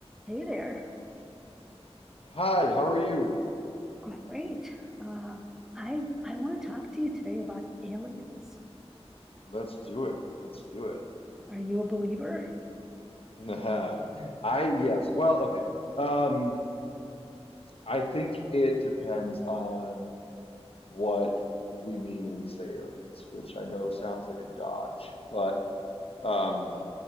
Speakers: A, in the centre; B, on the left.
A: Hey there.
B: Hi, how are you?
A: Great. Uh, I I want to talk to you today about aliens.
B: Let's do it. Let's do it.
A: Are you a believer?
B: <laughs> I, yes. Well, okay. Um, I think it depends on what we mean when we say aliens, which I know sounds like a dodge, but um,